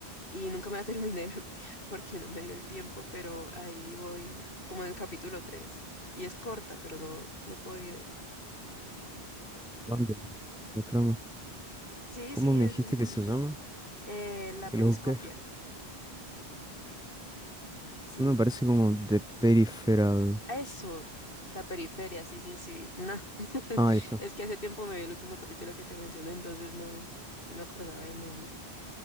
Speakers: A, on the left; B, in the centre.
A: y nunca me la terminé <laughs> porque no me dio el tiempo, pero ahí voy, como en el capítulo tres Y es corta, pero no, no he podido.
B: Bambi, la trama.
A: Sí,
B: ¿Cómo
A: sí,
B: me
A: es
B: dijiste
A: interesante.
B: que se llama?
A: Eh, la periscopia,
B: Que lo busqué.
A: sí.
B: No me parece como The Peripheral.
A: Eso, la periferia, sí, sí, sí. Nah. <laughs>
B: Ah, ahí está.
A: Es que hace tiempo me vi el último capítulo que te mencioné, entonces no, ni me acordaba el nombre.